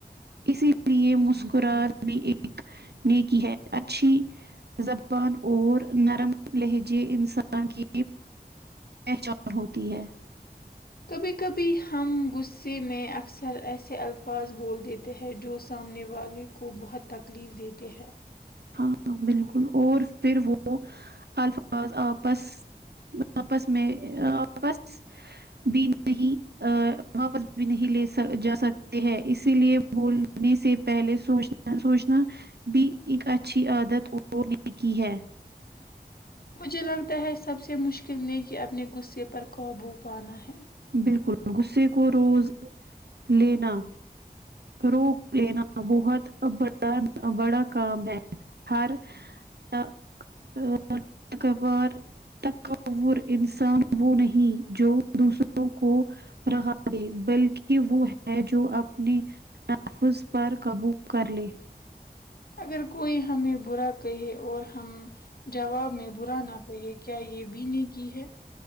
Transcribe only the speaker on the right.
اسی لیے مسکراہٹ بھی ایک نیکی ہے اچھی زبان اور نرم لہجے انسان کی پہچان ہوتی ہے
ہاں بالکل اور پھر وہ الفاظ آپس وہ اپس میں وپس بھی نہیں واپس بھی نہیں لے جا سکتے ہیں اسی لیے بولنے سے پہلے سوچنے سوچنا بھی ایک اچھی عادت اور نیکی ہے
بالکل غصے کو روز لینا روپ لینا بہت بڑا بڑا کام ہے ہر ا تک بار تکبیر انسان وہ نہیں جو دوسروں کو رہا دے بلکہ وہ ہے جو اپنی تحفظ پر قابو کر لے